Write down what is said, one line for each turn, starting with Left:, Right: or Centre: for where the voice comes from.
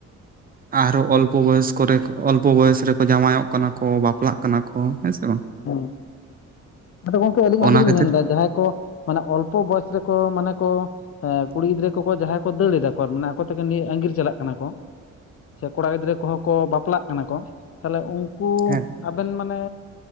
Right: ᱟᱨᱦᱚᱸ ᱚᱞᱯᱚ ᱵᱚᱭᱚᱥ ᱠᱚᱨᱮ ᱚᱞᱯᱚ ᱵᱚᱭᱚᱥ ᱨᱮᱠᱚ ᱡᱟᱶᱟᱭᱚᱜ ᱠᱟᱱᱟ ᱠᱚ ᱾ ᱵᱟᱯᱞᱟᱜ ᱠᱟᱱᱟ ᱠᱚᱸ ᱦᱮᱸ ᱥᱮ ᱵᱟᱝ᱾
Left: ᱦᱮᱸ ᱟᱫᱚ ᱜᱚᱢᱠᱮ ᱟᱹᱞᱤᱧᱟᱜ
Right: ᱚᱱᱟ
Left: ᱜᱮᱞᱤᱧ
Right: ᱠᱷᱟᱹᱛᱤᱨ
Left: ᱢᱮᱱᱫᱟ, ᱡᱟᱦᱟᱸᱭ ᱠᱚ ᱢᱟᱱᱮ ᱚᱞᱯᱚ ᱵᱚᱭᱮᱥ ᱨᱮᱠᱚ ᱢᱟᱱᱮ ᱠᱚ ᱮᱸ ᱠᱩᱲᱤ ᱜᱤᱫᱽᱨᱟᱹ ᱠᱚᱠᱚ ᱡᱟᱦᱟᱸᱭ ᱠᱚ ᱫᱟᱹᱲ ᱫᱟ ᱠᱚ ᱢᱟᱱᱮ ᱟᱠᱚ ᱛᱮᱜᱮ ᱱᱤᱭᱟᱹ ᱟᱸᱜᱤᱨ ᱪᱟᱞᱟᱜ ᱠᱟᱱᱟ ᱠᱚ ᱾ ᱥᱮ ᱠᱚᱲᱟ ᱜᱤᱫᱽᱨᱟᱹ ᱠᱚᱦᱚᱸ ᱠᱚ ᱵᱟᱯᱞᱟᱜ ᱠᱟᱱᱟ ᱠᱚ, ᱛᱟᱦᱞᱮ ᱩᱱᱠᱩ
Right: ᱦᱮᱸ
Left: ᱟᱹᱵᱤᱱ ᱢᱟᱱᱮ